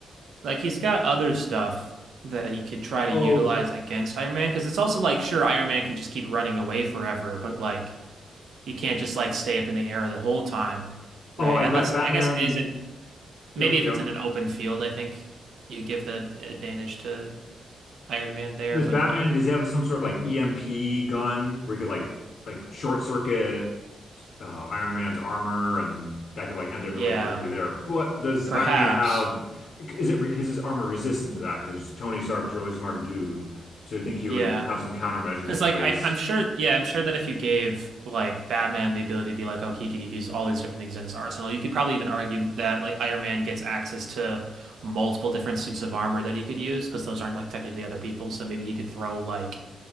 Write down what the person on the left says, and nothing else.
Oh,
oh, I
bet
Batman.
You know,
yeah.
Does
Batman,
does he have some sort of like EMP gun where he could like like short circuit uh, Iron Man's armor and that could like end it
really quickly there. But does
Iron Man have is it re- is his armor resistant to that? Because Tony Stark's a really smart dude, so you think he
would have some countermeasures
in
place?